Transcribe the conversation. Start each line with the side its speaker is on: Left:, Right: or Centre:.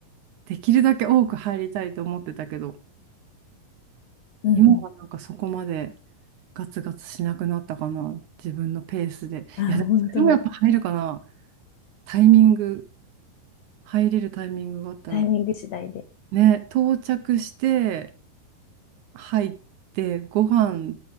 Right: できるだけ多く入りたいと思ってたけど、
Left: うんうん。
Right: 今はなんかそこまでガツガツしなくなったかな。自分のペースで。
Left: ああ、
Right: いや、でもそれでもやっぱ入るかな。
Left: 本当
Right: タイミング、入れるタイミングがあったら。
Left: タイミング次第で。
Right: ね、到着して、入って、ご飯